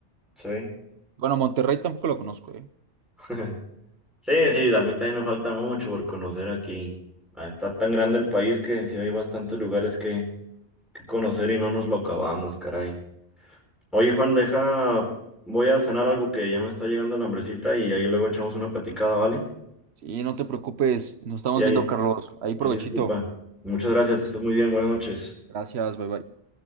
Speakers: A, in the centre; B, on the right.
A: Sí.
B: Bueno, Monterrey tampoco lo conozco, ¿eh?
A: <laughs> Sí, sí, a mí también me falta mucho por conocer aquí. Ah, Está tan grande el país que sí hay bastantes lugares que, que conocer y no nos lo acabamos, caray. Oye, Juan, deja, voy a cenar algo que ya me está llegando la hambrecita y ahí luego echamos una platicada, ¿vale?
B: Sí, no te preocupes. Nos estamos
A: Sí, ahí,
B: viendo, Carlos. Ahí provechito.
A: ahí disculpa. Muchas gracias,
B: Des-
A: que estés muy bien, buenas noches.
B: Gracias, bye bye.